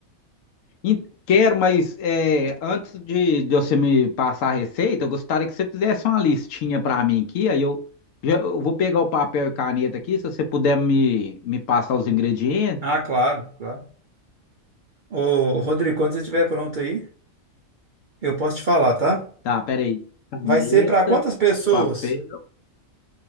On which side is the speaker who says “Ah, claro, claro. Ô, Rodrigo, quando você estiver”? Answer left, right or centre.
Right